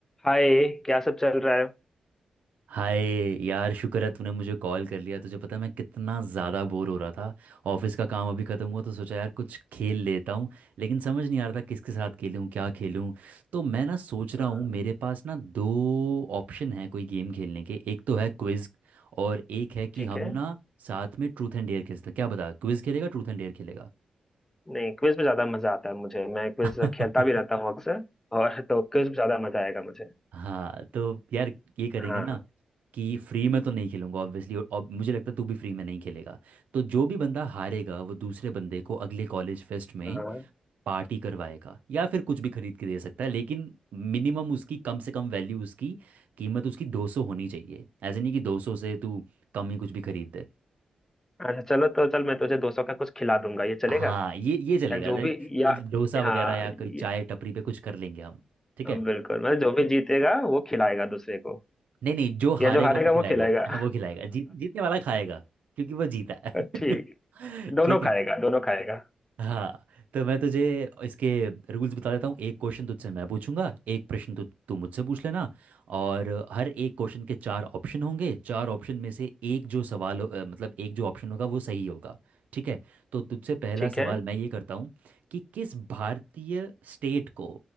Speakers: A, on the left (about 15°); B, on the right (about 80°).
A: हाय क्या सब चल रहा है
B: हाय यार शुक्र है तूने मुझे कॉल कर लिया तुझे पता है मैं कितना ज़्यादा बोर हो रहा था ऑफिस का काम अभी ख़त्म हुआ तो सोचा यार कुछ खेल लेता हूँ लेकिन समझ नहीं आ रहा था किसके साथ खेलूँ क्या खेलूँ तो मैं ना सोच रहा
A: हाँ,
B: हूँ मेरे पास ना दो ऑप्शन है कोई गेम खेलने के एक तो है क्विज़ और एक है कि
A: ठीक
B: हम
A: है
B: ना साथ में ट्रूथ एंड डेयर खेलते हैं। क्या बता क्विज़ खेलेगा ट्रूथ एंड डेयर खेलेगा
A: नहीं क्विज में ज्यादा मजा आता है मुझे मैं क्विज
B: <laughs>
A: खेलता भी रहता हूँ अक्सर और तो क्विज में ज्यादा मजा आएगा मुझे
B: हाँ तो यार ये करेंगे
A: हाँ
B: ना कि फ्री में तो नहीं खेलूंगा ऑब्वियसली और, और मुझे लगता है तू भी फ्री में नहीं खेलेगा तो जो भी बंदा हारेगा वो दूसरे बंदे को अगले कॉलेज फेस्ट में
A: हाँ,
B: पार्टी करवाएगा या फिर कुछ भी खरीद के दे सकता है लेकिन मिनिमम उसकी कम से कम वैल्यू उसकी कीमत उसकी 200 होनी चाहिए ऐसे नहीं कि 200 से तू कम ही कुछ भी खरीद दे
A: अच्छा चलो तो चल मैं तुझे दो सौ का कुछ खिला दूंगा ये चलेगा
B: हाँ ये ये चलेगा
A: या जो
B: लाइक
A: भी या
B: कुछ डोसा वगैरह
A: हाँ
B: या
A: ये,
B: कोई चाय टपरी पे कुछ कर लेंगे हम ठीक है
A: बिल्कुल मतलब जो भी जीतेगा वो खिलाएगा दूसरे को
B: नहीं नहीं जो
A: या
B: हारेगा
A: जो हारेगा
B: वो
A: वो
B: खिलाएगा
A: खिलाएगा
B: हाँ वो खिलाएगा जीत जीतने वाला खाएगा क्योंकि वो जीता है
A: <laughs> ठीक
B: <laughs>
A: दोनों
B: ठीक
A: खाएगा
B: है
A: दोनों खाएगा
B: हाँ तो मैं तुझे इसके रूल्स बता देता हूँ एक क्वेश्चन तुझसे मैं पूछूंगा एक प्रश्न तु, तू मुझसे पूछ लेना और हर एक क्वेश्चन के चार ऑप्शन होंगे चार ऑप्शन में से एक जो सवाल हो- अ, मतलब एक जो ऑप्शन होगा वो सही होगा ठीक है तो तुझसे पहला
A: ठीक
B: सवाल
A: है
B: मैं ये करता हूँ कि किस भारतीय स्टेट को